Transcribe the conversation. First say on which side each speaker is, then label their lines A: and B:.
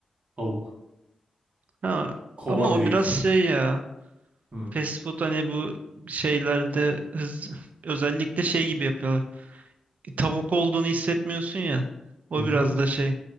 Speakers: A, on the right; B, on the right.
A: tavuk.
B: Ha,
A: Kova
B: ama o
A: diye geçiyor.
B: biraz şey ya.
A: Hmm.
B: Fast food hani bu şeylerde hız, özellikle şey gibi yapıyorlar. tavuk olduğunu hissetmiyorsun ya. O
A: Hı hı.
B: biraz da şey.